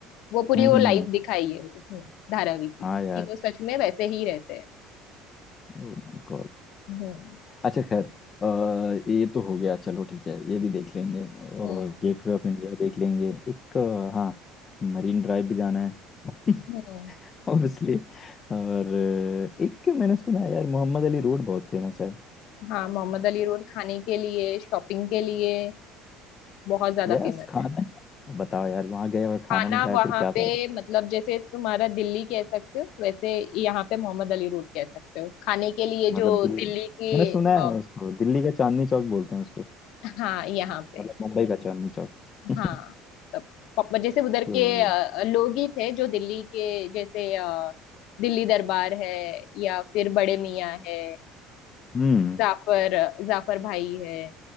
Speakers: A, on the left; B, on the left.
A: वो पूरी
B: हम्म
A: वो
B: हम्म,
A: लाइफ
B: हम्म।
A: दिखाई है उसमें धारावी की
B: हाँ यार
A: कि वो सच में वैसे ही रहते हैं
B: ओ माय गॉड
A: हम्म
B: अच्छा खैर अ, ये तो हो गया चलो ठीक है ये भी देख लेंगे और
A: हम्म
B: गेटवे ऑफ इंडिया देख लेंगे एक अ, हाँ मरीन ड्राइव भी जाना है <laughs>
A: हम्म
B: ऑब्वियसली और अ, एक मैंने सुना है यार मोहम्मद अली रोड बहुत फेमस है
A: हाँ मोहम्मद अली रोड खाने के लिए शॉपिंग के लिए बहुत ज्यादा
B: यस
A: फेमस
B: खाना
A: है
B: ही बताओ यार वहाँ गए और खाना
A: खाना
B: नहीं खाया
A: वहां
B: फिर क्या
A: पे
B: फायदा
A: मतलब जैसे तुम्हारा दिल्ली कह सकते हो वैसे यहाँ पे मोहम्मद अली रोड कह सकते हो खाने के लिए
B: मतलब
A: जो
B: दिल्ली
A: दिल्ली की
B: मैंने सुना
A: अ,
B: है उसको दिल्ली का चांदनी चौक बोलते हैं उसको
A: हाँ यहाँ पे
B: मतलब मुंबई का चांदनी चौक <laughs>
A: हाँ तब पप- जैसे उधर
B: तो
A: के अ, लोग ही थे जो दिल्ली के जैसे अ, दिल्ली दरबार है या फिर बड़े मियाँ है
B: हम्म
A: जाफर जाफर भाई है